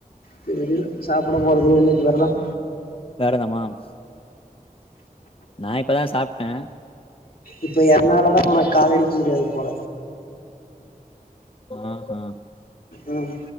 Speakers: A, on the left; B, on the left.
A: தெரில சாப்பிட போறதில்ல இன்னைக்கு வெரதம்
B: வெரதமாம்ஸ் நா இப்பதான் சாப்ட்ட
A: இப்ப என்னாலதா உனக்கு காலடிக்க முடியாது போல
B: ஆஹ்ஹா
A: ம்